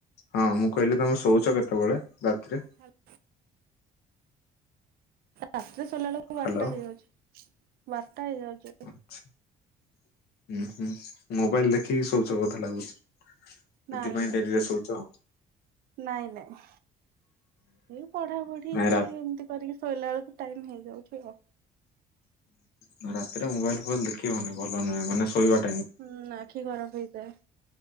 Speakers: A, on the left; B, on the right.
A: ହଁ ମୁଁ କହିଲି ତମେ ଶୋଉଚ କେତେବେଳେ ରାତିରେ।
B: ହ୍ୟାଲୋ ରାତିରେ ସୋଇଲା ବେଳକୁ ବାରଟା
A: ହ୍ୟାଲୋ
B: ହେଇଯାଉଚି। ବାରଟା ହେଇଯାଉଚି।
A: ଆଛା ହୁଁ ହୁଁ ମୋବାଇଲ ଦେଖିକି ଶୋଉଚ ବୋଧେ ଲାଗୁଚି। ସେଥିପାଇଁ
B: ନାଇଁ ନାଇଁ
A: ଡେରି ରେ ଶଉଚ।
B: ନାଇଁ ନାଇଁ ଏଇ ପଢା ପଢି
A: ନାଇଁ ରା
B: ଏମତି। କରିକି ଶୋଇଲା ବେଳକୁ। ଟାଇମ ହେଇଯାଉଚି ଆଉ।
A: ହୁଁ ରାତିରେ ମୋବାଇଲ ଫୋବାଇଲ ଦେଖିବନି। ଭଲ ନୁହେଁ ମାନେ ଶୋଇବା- -
B: ହୁଁ ଆଖି ଖରାପ ହେଇଥାଏ।